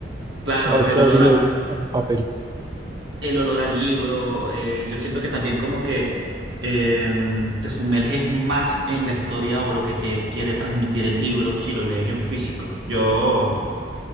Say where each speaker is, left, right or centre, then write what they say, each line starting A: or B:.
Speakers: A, on the right (about 70°); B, on the right (about 20°).
A: claro,
B: más
A: el
B: chévere
A: olor
B: leer
A: a,
B: en, en papel.
A: el olor a libro. eh, yo siento que también como que em, te sumerges más en la historia o lo que te quiere transmitir el libro si lo lees en físico. Yo,